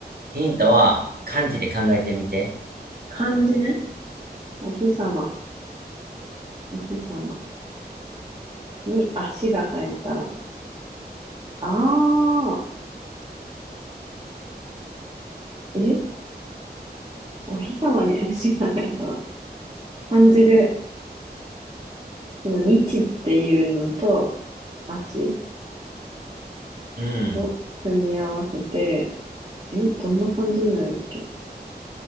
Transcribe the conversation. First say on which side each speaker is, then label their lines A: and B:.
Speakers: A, on the right; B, on the right.
A: ヒントは漢字で考えてみて。
B: 漢字ね。お日様、お日様に足が生えたら。ああ、えお日様に足が生えたら。漢字で、その日っていうのと足
A: うん。
B: を組み合わせて、え、どんな感じになるっけ